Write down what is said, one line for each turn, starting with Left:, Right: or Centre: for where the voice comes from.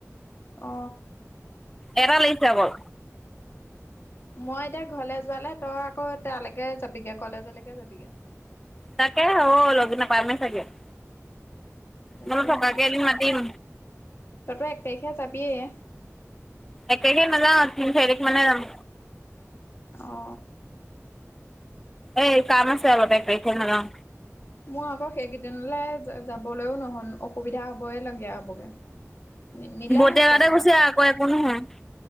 Left: অ
Centre: এটা লাগিছে অকল
Left: মই এতিয়া ঘৰলে যোৱালে তই আকৌ তালেকে যাবিগে কলেজলেকে যাবিগে
Centre: তাকে অ লগ নাপামেই চাগে মই
Left: তাকে
Centre: বোলো থকাকে এদিন মাতিম
Left: তইতো এক তাৰিখে যাবিয়ে
Centre: এক তাৰিখে নাজাও তিনি চাৰি তাৰিখ মানে যাম।
Left: অ
Centre: এই কাম আছে অলপ এক তাৰিখে নাজাও
Left: মোৰ আকৌ সেইকেইদিনলে যাবলৈও নহ'ন অসুবিধা হবই লগীয়া হ'বগে মিলাই
Centre: বটেবাতে
Left: হৈছে কিবা
Centre: গুচি আ, আক একো নহয়